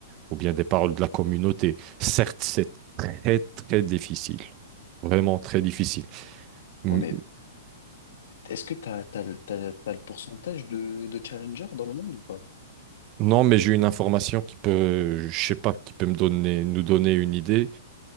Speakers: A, on the right (about 35°); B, on the left (about 70°).
A: ou bien des paroles de la communauté. Certes, c'est très, très difficile. Vraiment très difficile. M-
B: Ouais, mais est-ce que t'as, t'as, le- t'as, le t'as le pourcentage de, de challenger dans le monde ou pas?
A: Non, mais j'ai une information qui peut, je sais pas, qui peut me donner, nous donner une idée.